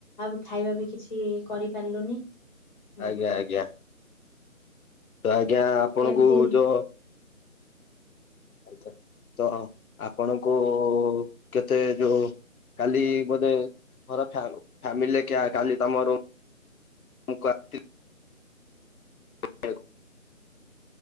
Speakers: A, on the left; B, on the left.
A: ଆଉ ଖାଇବା ବି କିଛି କରିପାରିଲୁନି। ହୁଁ,
B: ଆଜ୍ଞା ଆଜ୍ଞା ତ ଆଜ୍ଞା ଆପଣଙ୍କୁ
A: ସେମିତି
B: ଯୋ ଆଚ୍ଛା ତ ଆପଣଙ୍କୁ କେତେ ଯୋଉ କାଲି ବୋଧେ ଘର ଫାମ୍ ଫେମିଲି କିଆ କାଲି ତମର ମୁଁ କରିଥିଲି <unintelligible>